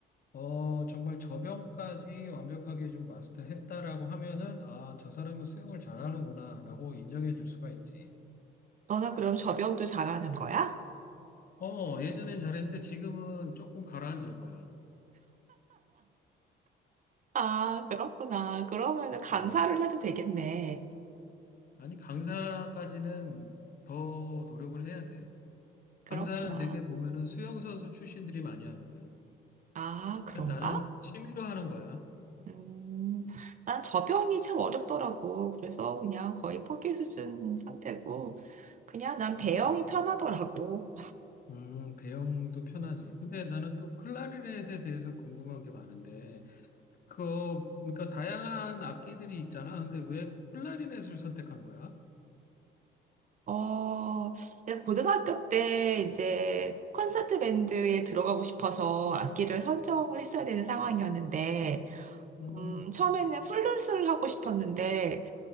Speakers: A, on the left; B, on the right.
A: 어, 정말 저변까지 완벽하게 좀 마스터했다라고 하면은, 아, 저 사람은 수영을 잘하는구나라고 인정해 줄 수가 있지.
B: 너는 그럼 접영도 잘하는 거야?
A: 어, 예전엔 잘했는데 지금은 조금 가라앉을 거야.
B: 아, 그렇구나. 그러면은 강사를
A: 음,
B: 해도 되겠네.
A: 아니, 강사까지는 더 노력을 해야 돼.
B: 그렇구나.
A: 강사는 되게 보면은 수영선수 출신들이 많이 하거든.
B: 아, 그런가?
A: 그냥 나는 취미로 하는 거야.
B: 음, 난 접영이 참 어렵더라고. 그래서 그냥 거의 포기 수준 상태고, 그냥 난 배영이
A: 그렇구나.
B: 편하더라고.
A: 음, 배영도 편하지. 근데 나는 또 클라리넷에 대해서 궁금한 게 많은데, 그, 그러니까 다양한 악기들이 있잖아. 근데 왜 클라리넷을 선택한 거야?
B: 어, 내가 고등학교 때 이제 콘서트 밴드에 들어가고 싶어서 악기를 선정을 했어야 되는 상황이었는데,
A: 음,
B: 음, 처음에는 플룻을 하고 싶었는데,